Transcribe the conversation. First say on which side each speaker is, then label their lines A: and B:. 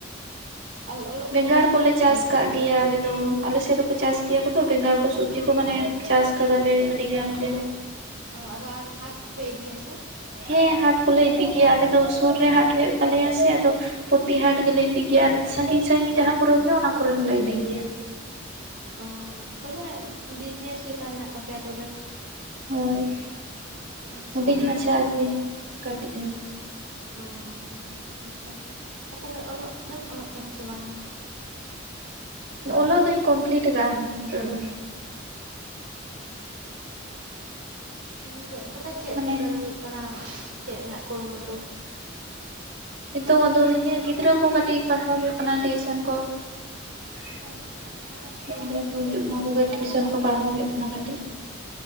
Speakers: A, on the right; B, on the right.
A: ᱟᱞ ᱚᱞᱚᱜ
B: ᱵᱮᱸᱜᱟᱲ
A: ᱯᱟᱲᱦᱟᱣ ᱫᱚ? <unintelligible>
B: ᱠᱚᱞᱮ ᱪᱟᱥ ᱠᱟᱜ ᱜᱮᱭᱟ ᱟᱞᱮᱫᱚ ᱟᱞᱮᱥᱮᱫ ᱫᱚᱠᱚ ᱪᱟᱥ ᱜᱮᱭᱟ ᱠᱚᱫᱚ ᱵᱮᱸᱜᱟᱲ ᱠᱚ ᱥᱚᱵᱽᱡᱤ ᱠᱚ ᱢᱟᱱᱮ ᱪᱟᱥ ᱠᱟᱫᱟᱞᱮ ᱟᱹᱰᱤ ᱜᱟᱱ ᱜᱮ᱾
A: ᱚ ᱟᱫᱚ ᱦᱟᱴ ᱠᱚᱯᱮ ᱤᱫᱤᱭᱟ ᱥᱮ
B: ᱦᱮᱸ ᱦᱟᱴ ᱠᱚᱞᱮ ᱤᱫᱤ ᱜᱮᱭᱟ ᱟᱞᱮ ᱫᱚ ᱥᱩᱨ ᱨᱮ ᱦᱟᱴ ᱦᱩᱭᱩᱜ ᱛᱟᱞᱮᱭᱟ ᱥᱮ ᱟᱫᱚ ᱯᱚᱛᱤ ᱦᱟᱴ ᱜᱮᱞᱮ ᱤᱫᱤ ᱜᱮᱭᱟ ᱟᱨ ᱥᱟᱺᱜᱤᱧ ᱥᱟᱺᱜᱤᱧ ᱡᱟᱦᱟᱸ ᱠᱚᱨᱮ ᱦᱩᱭᱩᱜ ᱚᱱᱟ ᱠᱚᱨᱮ ᱦᱚᱸᱞᱮ ᱤᱫᱤ ᱜᱮᱭᱟ
A: ᱚ ᱛᱚᱵᱮ ᱵᱤᱡᱽᱱᱮᱥ ᱞᱮᱠᱟ ᱦᱮᱱᱟᱜ ᱛᱟᱯᱮᱭᱟ ᱛᱚᱵᱮ
B: ᱦᱳᱭ
A: ᱟᱪᱪᱷᱟ
B: ᱦᱩᱰᱤᱧ ᱢᱟᱪᱷᱟ ᱟᱨᱠᱤ ᱠᱟᱹᱴᱤᱡ
A: ᱚ ᱟᱪᱪᱷᱟ ᱛᱚᱵᱮ ᱚᱞᱚᱜ ᱫᱚᱢ ᱚᱞᱚᱜ ᱠᱟᱱᱟ ᱥᱮ ᱵᱟᱝᱼᱟ
B: ᱚᱞᱚᱜ ᱫᱩᱧ ᱠᱚᱢᱯᱞᱤᱴ ᱠᱟᱜᱼᱟ ᱱᱤᱛᱳᱜ ᱫᱚ
A: ᱚ ᱱᱤᱛᱚᱜ ᱛᱚᱵᱮ ᱪᱮᱫ
B: ᱢᱟᱱᱮ
A: ᱪᱤᱠᱟᱹ ᱦᱩᱭᱩᱜ ᱠᱟᱱᱟ ᱪᱮᱫ ᱨᱮᱱᱟᱜ ᱠᱩᱨᱩᱢᱩᱴᱩ?
B: ᱱᱤᱛᱚᱜ ᱟᱫᱚ ᱤᱧᱟᱹᱜ ᱜᱤᱫᱽᱨᱟᱹ ᱠᱚ ᱠᱟᱹᱴᱤᱡ ᱯᱟᱲᱦᱟᱣ ᱦᱩᱭᱩᱜ ᱠᱟᱱᱟ ᱴᱤᱭᱩᱥᱮᱱ ᱠᱚ <unintelligible>
A: ᱚ ᱟᱪᱪᱷᱟ
B: ᱦᱤᱡᱩᱜ ᱠᱟᱱᱟ ᱠᱚᱜᱮ ᱴᱤᱭᱩᱥᱚᱱ ᱠᱚ ᱯᱟᱲᱦᱟᱣ ᱦᱩᱭᱩᱜ ᱠᱟᱱᱟ ᱠᱟᱹᱴᱤᱡ